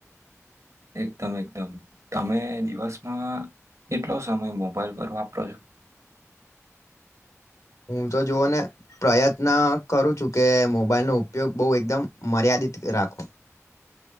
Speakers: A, on the right; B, on the left.
A: એકદમ-એકદમ તમે દિવસમાં કેટલો સમય મોબાઈલ પર વાપરો છો.
B: હું તો જોુવ ને પ્રયત્ન કરું છું કે, મોબાઈલ નો ઉપયોગ બહુ એકદમ મર્યાદિત દિત રાખો.